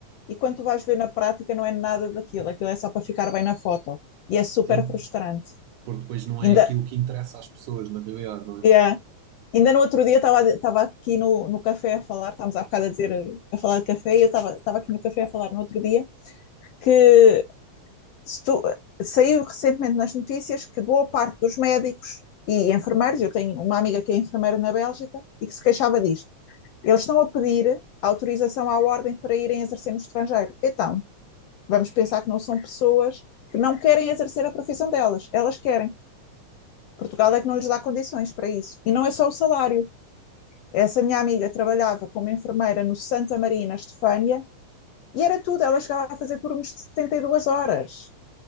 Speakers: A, on the left (about 80°); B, on the right (about 85°).
A: e quando tu vais ver na prática não é nada daquilo, aquilo é só para ficar bem na foto e é super
B: Sim,
A: frustrante.
B: Porque depois não é
A: Ainda,
B: aquilo que interessa às pessoas, na realidade, não é?
A: yeah. Ainda no outro dia estava estava aqui no, no café a falar, estávamos há bocado a dizer a falar de café, e eu estava estava aqui no café a falar no outro dia que estou, saiu recentemente nas notícias que boa parte dos médicos e enfermeiros, eu tenho uma amiga que é enfermeira na Bélgica e que se queixava disto, eles estão a pedir autorização à ordem para irem exercer no estrangeiro. Então, vamos pensar que não são pessoas que não querem exercer a profissão delas, elas querem. Portugal é que não lhes dá condições para isso. E não é só o salário. Essa minha amiga trabalhava como enfermeira no Santa Maria, na Estefânia, e era tudo, ela chegava a fazer turnos de 72 horas.